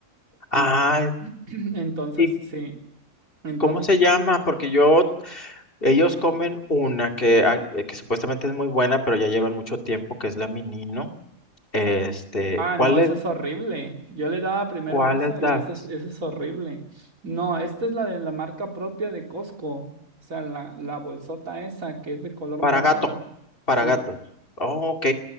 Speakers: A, on the left (about 40°); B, on the right (about 75°).
A: Ay,
B: En- <clears throat> entonces,
A: ¿y
B: sí, entonces
A: cómo se llama? Porque yo Ellos comen una que, hay- eh, que supuestamente es muy buena, pero ya llevan mucho tiempo, que es la Minino. Este,
B: Ah,
A: ¿cuáles,
B: no, eso es horrible. Yo le daba primero
A: cuáles
B: esa
A: das?
B: y esa es, esa es horrible. No, esta es la de la marca propia de Costco. O sea, la, la bolsota esa que es de color
A: Para
B: morado.
A: gato, para
B: Sí,
A: gatos. Oh, ok,